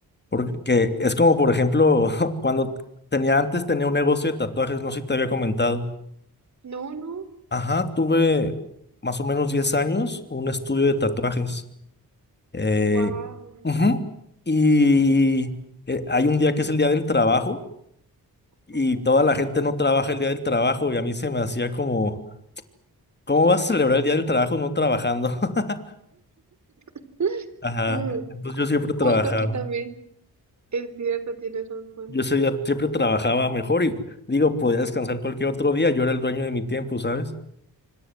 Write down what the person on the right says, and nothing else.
No, no,
wow,
wow.
¿no?
<laughs>
Mm,
justo aquí también, Es cierto, tienes razón.